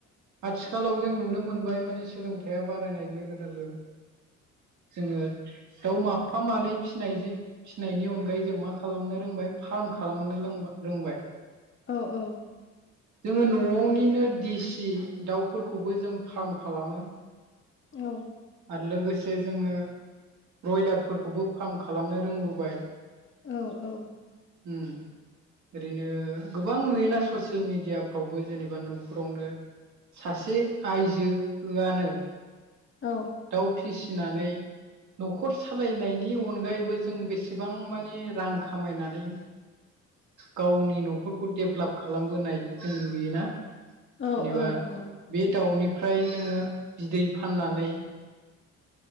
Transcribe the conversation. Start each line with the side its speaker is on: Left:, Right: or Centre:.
Right: आथिखालाव जों नुनो मोनबाय माने सोलोंथाइया बारायनाय लोगो लोगो जोङो दाउ माफा मानै फिनाय फिनायनि अनगायै जों मा खालामनो रोंबाय फार्म खालामनो लों-रोंबाय।
Left: औ औ
Right: जोङो न'आवनिनो दिसि दाउफोरखौबो जों फार्म खालामो।
Left: औ
Right: आरो लोगोसे जोङो ब्रयलारफोरखौबो फार्म खालामनो रोंबोबाय
Left: औ औ
Right: हम ओरैनो गोबां नुयोना ससियेल मिडियाफ्रावबो जेनेबा न'फोरावनो सासे आइजोआनो
Left: औ
Right: दाउ फिसिनानै न'खर सालायनायनि अनगायैबो जों बेसेबां मानि रां खामायनानै गावनि न'खरखौ डेभलाप खालामबोनाय जों नुयोना।
Left: औ
Right: जेनेबा
Left: औ नंगौ
Right: बे दाउनिफ्राय जोङो बिदै फा फाननानै